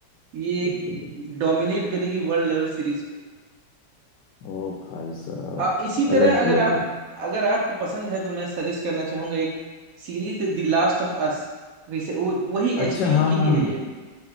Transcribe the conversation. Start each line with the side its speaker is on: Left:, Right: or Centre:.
Right: ये
Left: बिल्कुल
Right: एक
Left: बिल्कुल।
Right: डोमिनेट करेगी वर्ल्ड लेवल सीरीज को
Left: ओ भाई साहब
Right: आ, इसी तरह
Left: अलग ही
Right: अगर
Left: लेवल
Right: आप अगर आपको पसंद है तो मैं सजेस्ट करना चाहूंगा एक series the last of us वही
Left: अच्छा
Right: एचबीयू
Left: हाँ
Right: की
Left: हाँ
Right: ही है
Left: हाँ
Right: ये